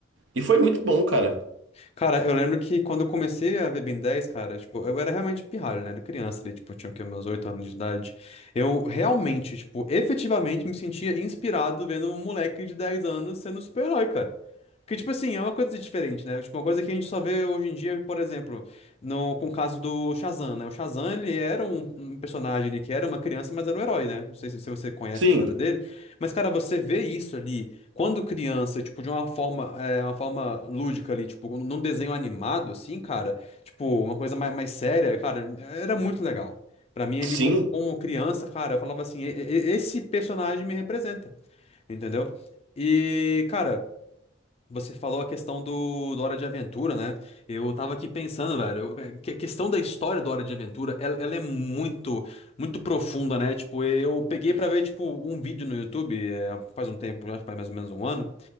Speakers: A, on the right; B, on the left.
A: E foi muito bom, cara.
B: Cara, eu lembro que quando eu comecei a ver Ben dez cara, tipo, eu era realmente pirralho, né? Era criança, ali, tipo, eu tinha o quê, meus 8 anos de idade. Eu realmente, tipo, efetivamente me sentia inspirado vendo um moleque de 10 anos sendo um super-herói, cara. Que, tipo assim, é uma coisa diferente, né? Tipo, uma coisa que a gente só vê hoje em dia, por exemplo, no, com o caso do Shazam, né? O Shazam, ele era um, um personagem ali que era uma criança, mas era um herói, né? Não sei se se você conhece
A: Sim,
B: a história dele. Mas, cara, você vê isso ali. Quando criança, tipo, de uma forma, é, uma forma lúdica ali, tipo, num desenho animado, assim, cara, tipo, uma coisa mais, mais séria, cara, era muito legal. Pra mim, ali,
A: sim.
B: como, como criança, cara, eu falava assim, "E- e- esse personagem me representa, entendeu? E, cara, você falou a questão do, do Hora de Aventura, né? Eu tava aqui pensando, velho, eu- que a questão da história do Hora de Aventura, ela, ela é muito, muito profunda, né? Tipo, eu peguei pra ver, tipo, um vídeo no YouTube, é, faz um tempo, já faz mais ou menos um ano,